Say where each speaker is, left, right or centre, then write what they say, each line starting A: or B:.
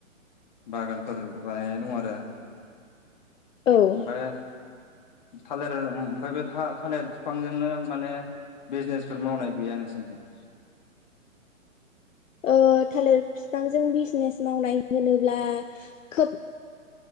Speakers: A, on the left; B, on the left.
A: बागानफोर बानायनाय दं आरो
B: आरो औ
A: ओमफ्राय थालिर ओमफाय बे थालिर बिफांजोंनो माने बिजनेसफोर मावनाय गैया नोंसोरथिं
B: ओ थालिर बिफांजों बिजनेस मावनाय होनोब्ला खोब